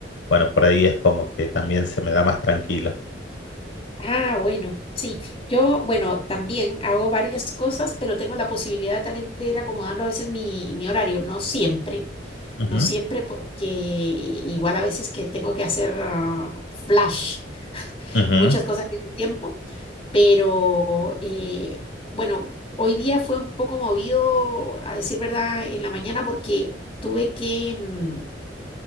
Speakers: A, on the left; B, on the left.
A: bueno, por ahí es como que también se me da más tranquilo.
B: Ah, bueno, sí. Yo, bueno, también hago varias cosas, pero tengo la posibilidad también de ir acomodando a veces mi, mi horario, no siempre,
A: Ujú,
B: no siempre porque igual a veces que tengo que hacer ah, flash.
A: ujú.
B: muchas cosas al mismo tiempo, pero eh, bueno, hoy día fue un poco movido, a decir verdad, en la mañana porque tuve que mm,